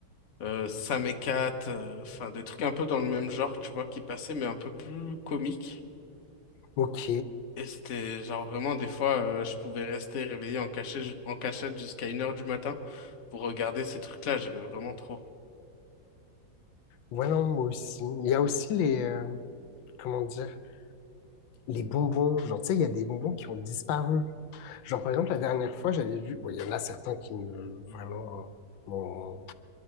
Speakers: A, on the left; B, on the left.
A: euh, Sam et Cat, euh, enfin des trucs un peu dans le même genre, tu vois, qui passaient, mais un peu plus comiques.
B: ok.
A: Et c'était genre vraiment des fois, euh, je pouvais rester réveillé en cachet, en cachette jusqu'à une heure du matin pour regarder ces trucs-là, j'aimais vraiment trop.
B: Ouais, non, moi aussi. Il y a aussi les, euh, comment dire, les bonbons. Genre, tu sais, il y a des bonbons qui ont disparu. Genre, par exemple, la dernière fois, j'avais vu, bon, il y en a certains qui me, vraiment, euh, m'ont-